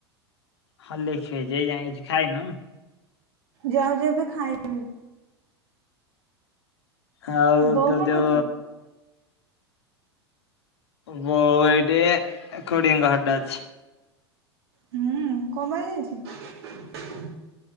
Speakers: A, on the left; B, on the right.
A: ହଲିକ୍ସ ପିଇଛୁ ଏ ଯାଇଁ କିଛି ଖାଇନୁ।
B: ଯାଉଚି ଏବେ ଖାଇବି।
A: ଆଉ
B: ବୋଉ
A: ତ
B: କଣ
A: ଦେହ
B: କରୁଛି?
A: ବୋଉ ଏଇଠି ଖୁଡୀଙ୍କ ଘରେ ଅଛି।
B: ହୁଁ କଣ ପାଇଁ ଯାଇଛି?